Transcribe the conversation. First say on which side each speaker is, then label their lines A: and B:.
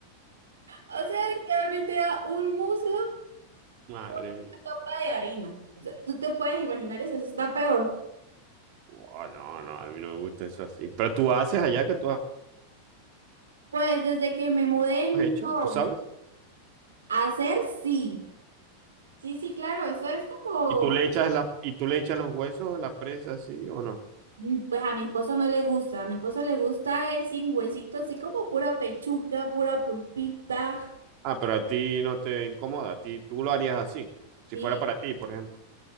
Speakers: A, on the right (about 70°); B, on the right (about 45°).
A: O sea, literalmente era un muslo
B: Madre
A: con una
B: mía.
A: copa de harina. O sea, tú te puedes imaginar eso, eso está peor.
B: Buah, no, no, a mí no me gusta eso así. Pero tú haces hallaca, tú has
A: Pues desde que me mudé,
B: hecho,
A: no.
B: tú sabes.
A: Hacer sí. Sí, sí, claro, eso es como,
B: Y tú le echas la, y tú le echas los huesos a la presa así o no.
A: mm, pues a mi esposo no le gusta. A mi esposo le gusta es sin huesito, así como pura pechuga, pura pulpita.
B: Ah, pero a ti no te incomoda, a ti tú lo harías así, si
A: Sí.
B: fuera para ti, por ejemplo.